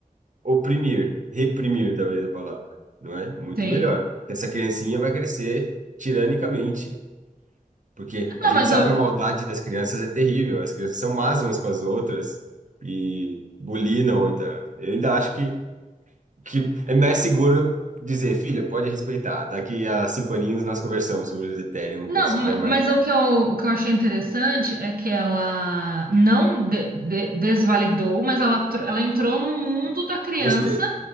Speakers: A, on the right (about 60°); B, on the right (about 85°).
A: oprimir, reprimir, talvez a palavra, não é? Muito
B: sim.
A: melhor. Porque essa criancinha vai crescer tiranicamente. Porque
B: Não,
A: a gente
B: mas
A: sabe
B: eu,
A: a maldade das crianças é terrível, as crianças são más umas com as outras e bulinam. Então, eu ainda acho que, que é mais seguro dizer, filha, pode respeitar. Daqui a cinco aninhos nós conversamos sobre o Ethereum
B: não,
A: quando estiver
B: ma-
A: mais.
B: mas o que eu, o que eu achei interessante é que ela não de- de- desvalidou, mas ela, tr- ela entrou no mundo da criança
A: Gostei,